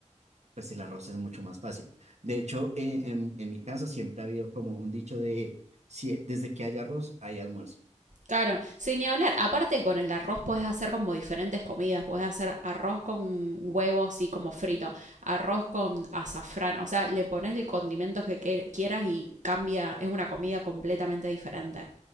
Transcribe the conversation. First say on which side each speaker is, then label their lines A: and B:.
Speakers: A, on the right; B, on the right.
A: pues el arroz es mucho más fácil. De hecho, eh, en, en mi casa siempre ha habido como un dicho de, si, desde que hay arroz, hay almuerzo.
B: Claro, sin ni hablar. Aparte con el arroz podés hacer como diferentes comidas. Podés hacer arroz con huevo así como frito, arroz con azafrán. O sea, le pones el condimento que que- quieras y cambia. Es una comida completamente diferente.